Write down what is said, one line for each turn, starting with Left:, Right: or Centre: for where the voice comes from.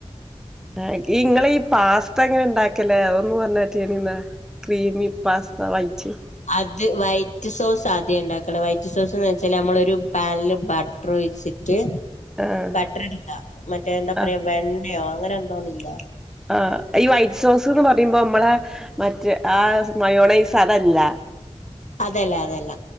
Centre: ആഹ് ഇങ്ങളിപാസ് ഇപ്പ എങ്ങനെ ഇണ്ടാക്കല്ഒന്ന് പറഞ്ഞെട്ടീണിന്നെ ക്രീമിപാസ്ത വൈറ്റ്.
Left: അത് വൈറ്റ് സോസ് ആദ്യം ഇ ണ്ടാക്കണം വൈറ്റ് സോസ് എന്ന് വെച്ചാല് നമ്മളൊരു പാനില് ബ ട്ടർ ഒഴിച്ചിട്ട്
Centre: ആഹ്
Left: ബട്ടർഇടണ്ട മറ്റേ എന്താ പറയാ
Centre: ആഹ്
Left: വെണ്ണയോ അങ്ങനെ എന്തോന്നില്ലേ
Centre: ആഹ് ഈ വൈറ്റ് സോസ് എന്ന് പറയുമ്പോ നമ്മളെ മറ്റ് ആ മയോണേയ്സ് അതല്ല
Left: അതല്ല അതല്ല